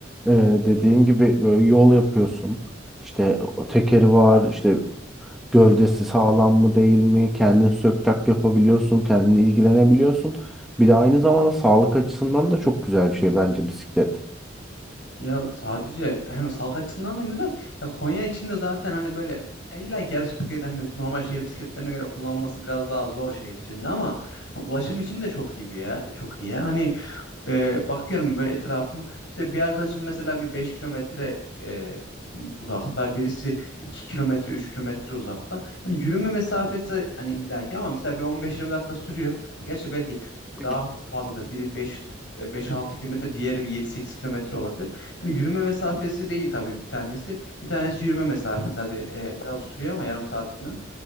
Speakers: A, in the centre; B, on the left.
A: e, dediğin gibi böyle yol yapıyorsun işte o tekeri var işte gövdesi sağlam mı değil mi kendin sök tak yapabiliyorsun kendin ilgilenebiliyorsun bir de aynı zamanda sağlık açısından da çok güzel bir şey bence bisiklet.
B: Ya sadece hem sağlık açısından da güzel. Ya Konya içinde zaten hani böyle illa ki yarış bisikleti hani normal şehir bisikletlerine göre kullanılması biraz daha zor şehir içinde ama ulaşım için de çok iyi bir ya. Çok iyi ya. Hani e, bakıyorum böyle etrafıma. İşte bir arkadaşım mesela bir 5 kilometre e, uzakta, birisi 2 kilometre, 3 kilometre uzakta. Hani yürüme mesafesi hani illaki ama mesela bir on beş yirmi dakika sürüyor. Gerçi belki
A: Peki
B: daha fazladır. Biri beş e, beş altı kilometre, diğeri bir yedi sekiz kilometre olabilir. Hani yürüme mesafesi değil tabii bir tanesi. Bir tanesi yürüme mesafesi. Hadi e, biraz sürüyor ama yarım saat falan.